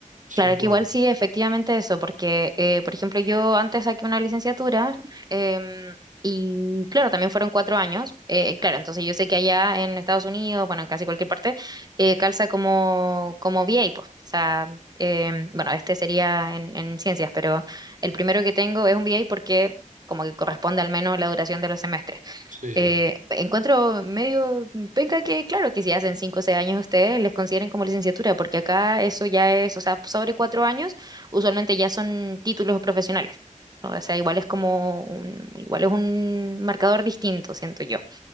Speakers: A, on the right (about 70°); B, on the right (about 30°).
A: cinco
B: claro que igual
A: años.
B: sí, efectivamente eso, porque, eh, por ejemplo, yo antes saqué una licenciatura em, y, claro, también fueron cuatro años. eh, claro, entonces yo sé que allá en Estados Unidos, bueno, en casi cualquier parte, eh, calza como, como VA, pues. O sea, em, bueno, este sería en, en ciencias, pero el primero que tengo es un VA porque como que corresponde al menos la duración de los semestres
A: Sí, sí.
B: eh, encuentro medio penca que, claro, que si hacen cinco o seis años ustedes les consideren como licenciatura, porque acá eso ya es, o sea, sobre cuatro años, usualmente ya son títulos profesionales. ¿no? O sea, igual es como un- igual es un marcador distinto, siento yo.